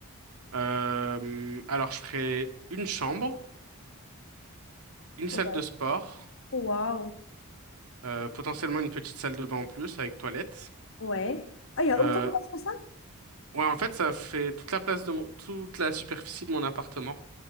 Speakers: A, on the right; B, on the left.
A: Euh, alors, je ferai une chambre, une salle
B: Ouais.
A: de sport,
B: Waouh.
A: euh, potentiellement une petite salle de bain en plus avec toilette.
B: Ouais. Ah, il y a
A: Euh,
B: autant de place que ça?
A: ouais, en fait, ça fait toute la place de mon, toute la superficie de mon appartement,